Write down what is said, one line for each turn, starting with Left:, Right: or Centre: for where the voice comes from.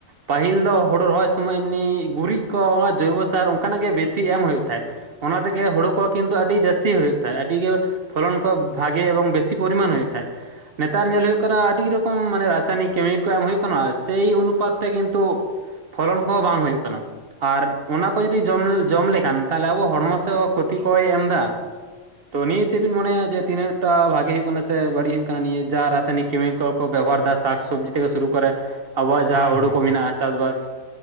Right: ᱯᱟᱹᱦᱤᱞ ᱫᱚ ᱦᱩᱲᱩ ᱨᱚᱦᱚᱭ ᱥᱚᱢᱚᱭ ᱮᱢᱱᱤ ᱜᱩᱨᱤᱡ ᱠᱚ ᱡᱚᱭᱵᱚᱥᱟᱨ ᱚᱱᱠᱟᱱᱟᱜ ᱜᱮ ᱵᱮᱥᱤ ᱮᱢ ᱦᱩᱭᱩᱜ ᱛᱟᱦᱮᱸᱫ᱾ ᱚᱱᱟ ᱛᱮᱜᱮ ᱦᱩᱲᱩ ᱠᱚ ᱠᱤᱱᱛᱩ ᱟᱹᱰᱤ ᱡᱟᱹᱥᱛᱤ ᱦᱩᱭᱩᱜ ᱛᱟᱭᱟ ᱟᱹᱰᱤ ᱜᱮ ᱯᱷᱚᱞᱚᱱ ᱠᱚ ᱵᱷᱟᱜᱤ ᱮᱵᱚᱝ ᱵᱮᱥᱤ ᱯᱚᱨᱢᱟᱱ ᱦᱩᱭᱩᱜ ᱛᱟᱦᱮ ᱾ ᱱᱮᱛᱟᱨ ᱧᱮᱞ ᱦᱩᱭᱩᱜ ᱠᱟᱱᱟ ᱟᱹᱰᱤ ᱨᱚᱠᱚᱢ ᱢᱟᱱᱮ ᱨᱟᱥᱟᱭᱱᱤᱠ ᱠᱮᱢᱤᱠᱮᱞ ᱠᱚ ᱮᱢ ᱦᱩᱭᱩᱜ ᱠᱟᱱᱟ ᱥᱮᱭ ᱚᱱᱩᱯᱟᱛ ᱛᱮ ᱠᱤᱱᱛᱩ ᱯᱷᱚᱞᱚᱱ ᱠᱚᱦᱚᱸ ᱵᱟᱝ ᱦᱩᱭᱩᱜ ᱠᱟᱱᱟ᱾ ᱟᱨ ᱚᱱᱟ ᱠᱚ ᱡᱩᱫᱤ ᱡᱚᱢ ᱡᱚᱢ ᱞᱮᱠᱷᱟᱱ ᱛᱟᱦᱚᱞᱮ ᱟᱵᱚ ᱦᱚᱲᱢᱚ ᱥᱮᱮᱫ ᱠᱷᱚᱛᱤ ᱠᱚᱭ ᱮᱢ ᱮᱫᱟ᱾ ᱛᱚ ᱱᱤᱭᱟᱹ ᱪᱮᱫ ᱵᱱ ᱢᱚᱱᱭᱟ ᱡᱮ ᱛᱤᱱᱟᱹᱜ ᱴ ᱵᱷᱟᱜᱮ ᱦᱩᱭᱩᱜᱭᱳᱜ ᱠᱟᱱᱟ? ᱦᱩᱭᱩᱜ ᱠᱟᱱᱟ ᱥᱮ ᱵᱟᱹᱲᱤᱡ ᱦᱩᱭᱩᱜ ᱠᱟᱱᱟ ᱱᱤᱭᱟᱹ ᱡᱟ ᱨᱟᱥᱟᱭᱚᱱᱤᱠ ᱠᱮᱢᱤᱠᱮᱞ ᱠᱚ ᱵᱮᱵᱟᱨᱫᱟ ᱥᱟᱠ ᱥᱚᱵᱽᱡᱤᱷᱠᱚ ᱥᱩᱨᱩ ᱠᱚᱨᱮ ᱟᱵᱚᱣᱟᱜ ᱡᱟᱦᱟᱸ
Left: ᱦᱳᱭ
Right: ᱦᱩᱲᱩ
Left: ᱦᱳᱭ
Right: ᱠᱚ
Left: ᱦᱳᱭ
Right: ᱢᱮᱱᱟᱜᱼᱟ ᱪᱟᱥᱵᱟᱥ᱾